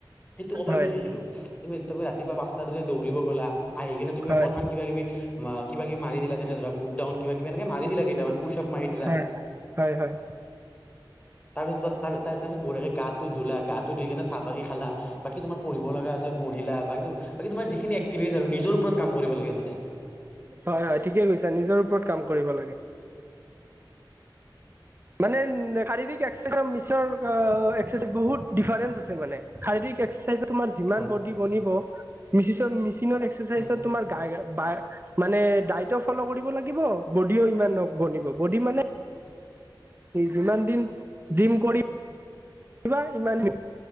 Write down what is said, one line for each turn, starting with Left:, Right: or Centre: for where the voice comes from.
Left: সেইটো ক'বই
Right: হয়
Left: খুজিছিলো। তুমি তুমি ৰাতিপুৱা পাঁচটাাতহ দৌব গ'লা। আহি কিনে তুমি
Right: হয়
Left: অকনমান কিবা কিবি কিবা কিবি মাৰি দিলা যেনে ধৰা বুকডাউন কিব কিবি মাৰি দিলা কেইটামান পুচপ মাৰি দিলা,
Right: হয় হয় হয়
Left: তাৰ পিছত তা-তা-তাৰ পিছত বুৰাকে গাটো ধুলা, গাটো ধু কিনে চাহ পানী খালা। বাকী তোমাৰ পঢ়িব লগা আছে পঢ়িলা ব বাকী তোমাৰ যিখিনি এক্টিভিজ আৰু নিজৰ ওপৰত কাম কৰিব লাগে সদায়
Right: হয়, হয় ঠিকে কৈছা নিজৰ ওপৰত কাম কৰিব লাগে। মানে শাৰীৰিক <unintelligible> বহুত ডিফাৰেঞ্চ আছে মানে। শাৰীৰিক এক্সাৰচাইজ তোমাৰ যিমান
Left: হয়।
Right: বডি বনিব, মিচ-মেচিনৰ এক্সাৰচাইজত
Left: উম
Right: তোমাৰ গ মানে ডাইটো ফ'ল' কৰিব লাগিব, বডিও ইমান নব। বডি মানে যিমান দিন জিম কৰি <unintelligible> আৰু খোৱা